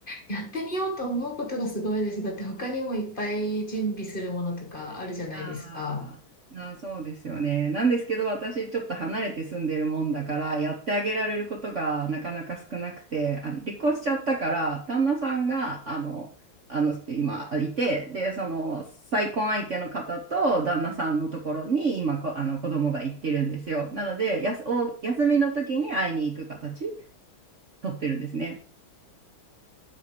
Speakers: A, on the left; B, on the right.
A: やってみようと思うことがすごいです。だって他にもいっぱい準備するものとかあるじゃないですか。
B: ああ、まあそうですよね。なんですけど私ちょっと離れて住んでるもんだからやってあげられることがなかなか少なくて、あの離婚しちゃったから旦那さんがあの、あの今いて、で、その再婚相手の方と旦那さんのところに今こ、あの子供が行ってるんですよ。なので、やす、お、休みの時に会いに行く形。撮ってるんですね。